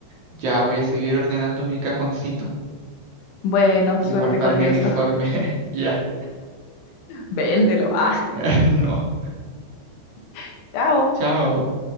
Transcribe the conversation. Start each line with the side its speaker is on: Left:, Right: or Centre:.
Right: ya voy a seguir ordenando mi cajoncito
Left: Bueno,
Right: y
Left: suerte
Right: guardar
Left: con
Right: mi
Left: eso.
Right: uniforme. <laughs> Ya.
Left: Véndelo. Ah,
Right: <laughs> No.
Left: <laughs> chao.
Right: Chao.